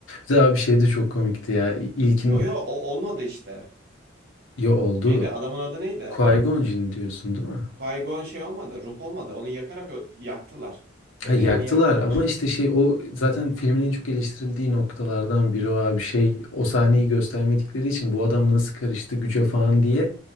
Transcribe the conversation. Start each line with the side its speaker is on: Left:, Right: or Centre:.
Left: Bir daha bir şey de çok komikti ya. İ- İlkinde
Right: Yo yo o olmadı işte.
Left: ya oldu.
Right: Neydi adamın adı neydi?
Left: Qui-Gon Jinn diyorsun değil mi?
Right: Qui-Gon şey olmadı, ruh olmadı. Onu yakarak ö- yaktılar. Bedenini
Left: Ha, yaktılar
Right: yaktılar.
Left: ama işte şey o zaten filmin en çok eleştirildiği noktalardan biri o abi şey o sahneyi göstermedikleri için bu adam nasıl karıştı güce falan diye